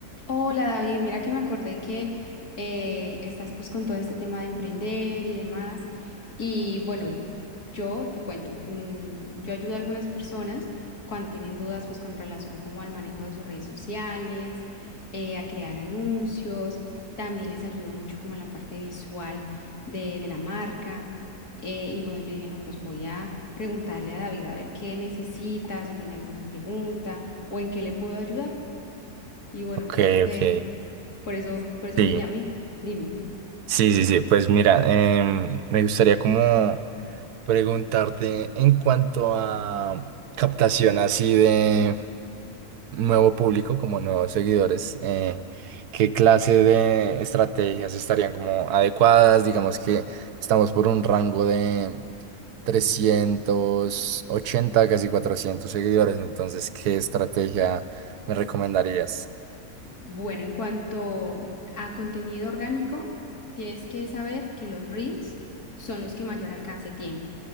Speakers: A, on the left; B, on the right.
A: Hola David, mira que me acordé que eh, estás pues con todo este tema de emprender y demás. Y bueno, yo te cuento, mm, yo ayudo a algunas personas cuando tienen dudas pues con relación como al manejo de sus redes sociales, eh, a crear anuncios, también les ayudo mucho como en la parte visual de, de la marca. eh, y bueno, yo dije, no, pues voy a preguntarle a David a ver qué necesita, si tiene alguna pregunta o en qué le puedo ayudar. Y bueno,
B: Ok,
A: por eso te,
B: ok.
A: por eso, por eso
B: Sí,
A: te llamé. Dime.
B: sí, sí, sí. Pues mira, em, me gustaría como preguntarte en cuanto a captación así de nuevo público, como nuevos seguidores, eh, ¿qué clase de estrategias estarían como adecuadas? Digamos que estamos por un rango de 380, casi 400 seguidores, entonces, ¿qué estrategia me recomendarías?
A: Bueno, en cuanto a contenido orgánico, tienes que saber que los Reels son los que mayor alcance tienen.